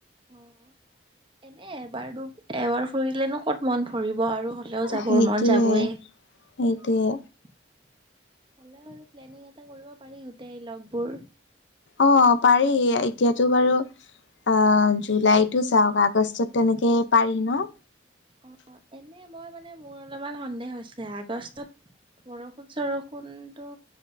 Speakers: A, on the right; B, on the left.
A: অ', এনে এবাৰ-এবাৰ ফূৰিলেনো ক'ত মন ভৰিব আৰু। এনেও যাবৰ
B: সেইটোয়ে
A: মন যাবই। হ'লেও
B: সেইটোয়ে
A: আৰু প্লেনিং এটা কৰিব পাৰি গোটেই লগবোৰ।
B: অ', পাৰি এতিয়াতো বাৰু অ', জুলাইতো যাওক আগষ্টত তেনেকেই পাৰি ন'?
A: অ', এনে মই মানে মোৰ অলপমান সন্দেহ হৈছে আগষ্টত বৰষুণ-চৰষুণটো